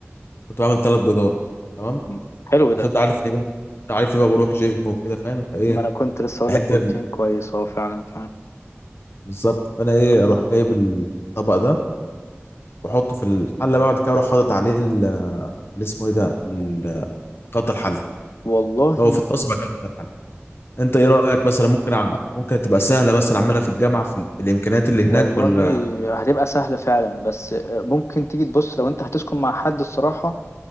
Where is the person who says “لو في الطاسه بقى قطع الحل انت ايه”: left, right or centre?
Left